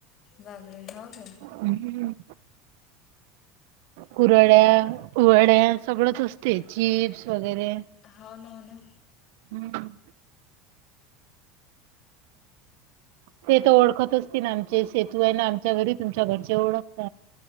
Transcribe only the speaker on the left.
बाबरे हो का
होन ना